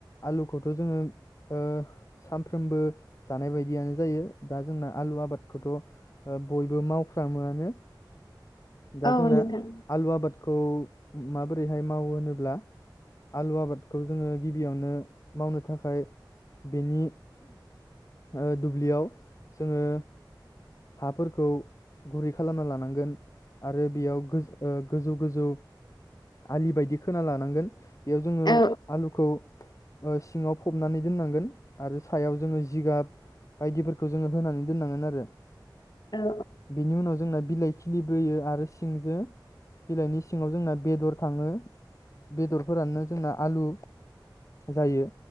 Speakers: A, on the left (about 40°); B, on the left (about 60°).
A: आलुखौथ' जोंङो ओ सानफ्रोमबो जानाय बायदियानो जायो दा जोंना आलु आबादखौथ' ओ बयबो मावफ्रामोआनो। दा
B: औ
A: जोंना
B: नोंथां
A: आलु आबाद खौ माबोरैहाय मावो होनोब्ला आलु आबादखौ जोंङो गिबियावनो मावनो थाखाय बेनि ओ दुब्लियाव जोंङो हाफोरखौ गुरै खालामना लानांगोन आरो बेयाव ओ गोजौ-गोजौ आलि बायदि खोना लानांगोन। बेयाव जोंङो
B: औ
A: आलुखौ सिंङाव फबनानै दोननांगोन आरो सायाव जोंङो जिगाब बायदिफोरखौ जोंङो होनानै दोननांगोनआरो।
B: औ
A: बिनि उनाव जोंना बिलाइ खिलिबोयो आरो सिंजो बिलाइनि सिङाव जोंना बेदर थाङो बेदरफोरानो जोंना आलु जायो।